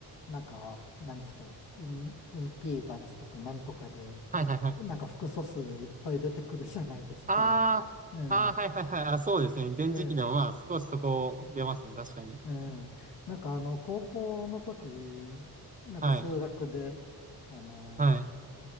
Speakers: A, on the left; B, on the right.
A: なんか、なんですか、イン、インピーダンスとかなんとかで、
B: はいはいはい。
A: なんか複素数いっぱい出てくるじゃないですか。
B: ああ、
A: ええ
B: ああ、はいはいはい。あ、そうですね。前時期でもまあ少しそこ出ますね。
A: ええ
B: 確かに。
A: ええ、なんかあの、高校の時、なんか数学で、
B: はい。
A: あの、
B: はい。